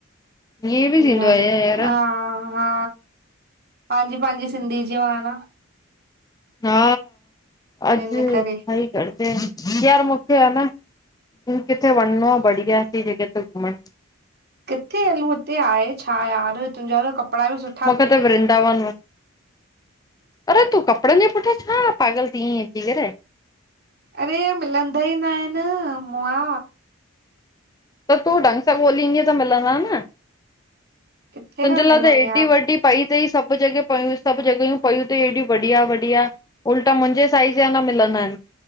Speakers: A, on the left; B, on the right.
A: ईअं बि
B: इंय
A: थींदो आहे यार
B: हा हा पांजी पांजी सिंधीअ जो आ न।
A: हा अॼु
B: हिन
A: सही
B: करे
A: <unintelligible> यार मूंखे आ न किथे वञणो आ बढ़िया सी जॻह ते घुमण।
B: किथे हलूं हिते आहे छा यार तुंहिंजा त कपिड़ा बि सुठ
A: मूंखे त वृंदावन अरे तूं कपिड़नि जे पुठियां छा पागल थी आईं अची करे।
B: अरे मिलंदा ही न आहिनि मुआ।
A: त तूं ढंग सां ॻोल्हींदीअ त मिलंदा न।
B: किथे
A: तुंजे
B: था
A: लाइ
B: मिलनि
A: त हेएॾी
B: यार
A: वॾी पई सभ जॻहियु पयूं सभ जॻहियुं पयूं तई हेॾी बढ़िया वढ़िया। उल्टा मुंहिंजे साइज़ जा न मिलंदा आहिनि।